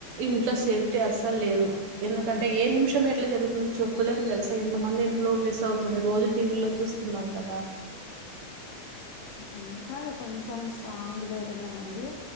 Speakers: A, on the right; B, on the left.
A: ఇంట్లో సేఫ్టీ
B: ఇ
A: అసలు లేదు ఎందుకంటే
B: ఉమ్
A: ఏ నిమిషం ఎట్లా చెప్పులేము తెలుసా ఇంత మంది ఇంట్లో మిస్ అవుతుంది రోజు టీవీ లో చూస్తున్నాం కదా
B: ఏం కాదు కొంచెం స్ట్రాంగ్ ది ఏదన్న ఉండి